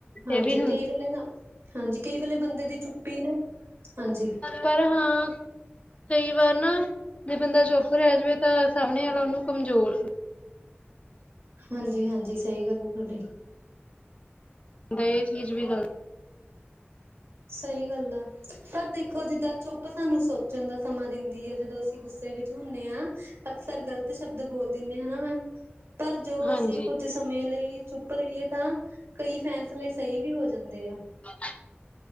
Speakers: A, on the right; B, on the left.
A: ਹਾਂਜੀ,
B: ਇਹ ਵੀ
A: ਕਈ ਵੇਲੇ ਨਾ, ਹਾਂਜੀ, ਕਈ ਵੇਲੇ ਬੰਦੇ ਦੀ ਚੁੱਪੀ ਨਾ, ਹਾਂਜੀ
B: ਪਰ ਹਾਂ, ਕਈ ਵਾਰ ਨਾ ਜੇ ਬੰਦਾ ਚੁੱਪ ਰਹਿ ਜਵੇ ਤਾਂ ਸਾਹਮਣੇ ਵਾਲਾ ਉਹਨੂੰ ਕਮਜ਼ੋਰ ਸ
A: ਹਾਂਜੀ-ਹਾਂਜੀ, ਸਹੀ ਗੱਲ ਆ ਥੋਡੀ।
B: ਦਾ ਇਹ ਚੀਜ਼ ਵੀ ਗਲ
A: ਸਹੀ ਗੱਲ ਆ, ਪਰ ਦੇਖੋ ਜਿੱਦਾਂ ਚੁੱਪ ਸਾਨੂੰ ਸੋਚ ਚੰਗਾ ਸਮਾਂ ਦਿੰਦੀ ਏ, ਜਦੋਂ ਅਸੀਂ ਗੁੱਸੇ ਵਿੱਚ ਹੁੰਨੇ ਆ, ਅਕਸਰ ਗਲਤ ਸ਼ਬਦ ਬੋਲ ਦਿੰਨੇ ਹਨਾ ਮੈਮ, ਪਰ ਜੋ
B: ਹਾਂਜੀ।
A: ਅਸੀਂ ਕੁੱਝ ਸਮੇਂ ਲਈ ਚੁੱਪ ਰਹੀਏ, ਤਾਂ ਕਈ ਫੈਸਲੇ ਸਹੀ ਵੀ ਹੋ ਜਾਂਦੇ ਆ।
B: <inaudible>